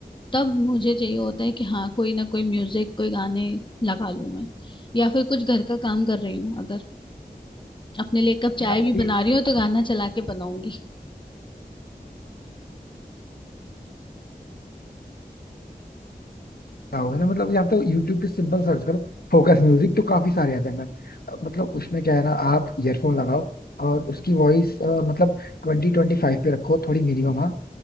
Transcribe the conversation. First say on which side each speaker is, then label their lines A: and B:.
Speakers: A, on the left; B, on the left.
A: तब मुझे चाहिए होता है कि हाँ कोई ना कोई म्यूजिक कोई गाने लगा लूँ मैं या फिर कुछ घर का काम कर रही हूँ अगर अपने लिए एक कप चाय
B: म्यूजिक
A: भी बना रही हूँ तो गाना चला के बनाऊंगी
B: क्या होगा ना मतलब या तो यूट्यूब पे सिंपल सर्च करो फोकस म्यूजिक तो काफी सारे आ जाएंगे अ, मतलब उसमें क्या है ना आप ईयरफोन लगाओ और उसकी वॉइस मतलब ट्वेंटी ट्वेंटी फाइव पे रखो थोड़ी मिनिमम हाँ